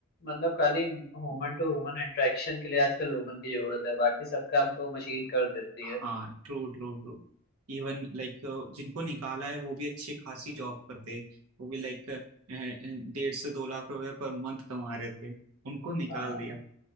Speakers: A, on the left; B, on the right.
A: मतलब खाली ह्यूमन
B: हम्म,
A: टू ह्यूमन इंटरेक्शन के लिए आजकल ह्यूमन की जरूरत है बाकी सब काम तो मशीन कर देती
B: हाँ
A: है
B: true true true Even like जिनको निकाला है वो भी अच्छी खासी जॉब करते वो भी लाइक डेढ़ से दो लाख रुपए पर मंथ कमा रहे थे उनको निकाल
A: हाँ
B: दिया